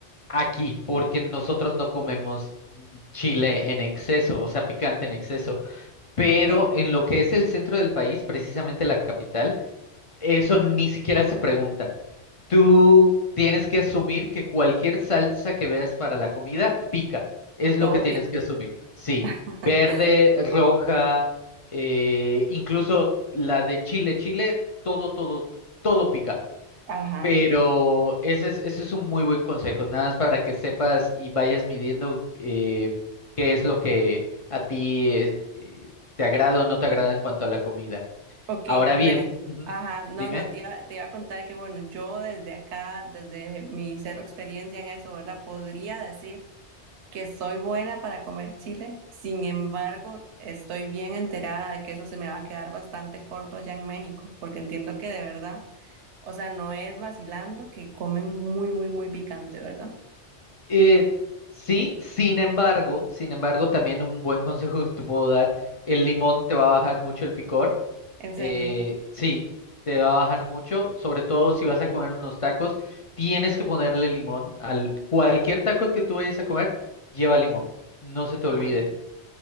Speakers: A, on the left; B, on the right.
A: Aquí, porque nosotros no comemos chile en exceso, o sea, picante en exceso, pero
B: ok,
A: en lo que es el centro del país, precisamente la capital, eso ni siquiera se pregunta. Tú tienes que asumir que cualquier salsa que veas para la comida pica. Es
B: todo
A: lo que tienes
B: pica,
A: que asumir. Sí,
B: <laughs>
A: verde, roja, eh, incluso la de Chile, Chile, todo, todo, todo pica.
B: ajá.
A: Pero ese es, ese es un muy buen consejo, nada más para que sepas y vayas midiendo eh, qué es lo que a ti eh, eh, te agrada o no te agrada en cuanto a la comida.
B: Ok,
A: Ahora bien,
B: Bueno,
A: ujú,
B: ajá, no,
A: dime.
B: no, te iba, te iba a contar que bueno, yo desde acá, desde mi cero experiencia en eso, ¿verdad? Podría decir que soy buena para comer chile, sin embargo, estoy bien enterada de que eso se me va a quedar bastante corto allá en México, porque entiendo que de verdad, o sea, no es vacilando que comen muy, muy, muy picante, ¿verdad?
A: Eh, sí, sin embargo, sin embargo, también un buen consejo que te puedo dar, el limón te va a bajar mucho el picor.
B: En serio.
A: eh, sí, te va a bajar mucho, sobre todo si vas a comer unos tacos, tienes que ponerle limón. Al cualquier taco que tú vayas a comer, lleva limón, no se te olvide.
B: Ajá,